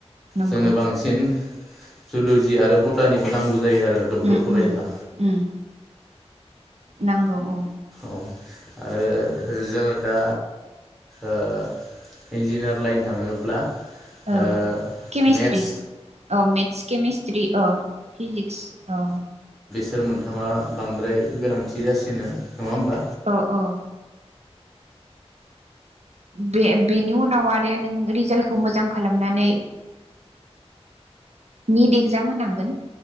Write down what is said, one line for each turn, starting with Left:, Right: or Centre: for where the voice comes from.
Right: नंगौ
Centre: जोंनो बांसिन जुलुजि आरो बटानि। <unintelligible> जायो आरो ना डक्टर
Right: उम
Centre: फराययोबा
Right: उम उम नांगौ औ।
Centre: औ आरो जोङो दा ओ इन्जिनियार लाइन थाङोब्ला
Right: औ
Centre: ओ
Right: केमेस्ट्रि
Centre: मेथ्स
Right: औ मेथ्स केमेस्ट्रि अ फिजिक्स अ
Centre: सोर मोनथामा बांद्राय गोनां थि जासिनो। नङा होमबा
Right: अ'अ' बे बेनि उनाव आरो नों रिजाल्टखौ मोजां खालामनानै निट एक्जाम होनांगोन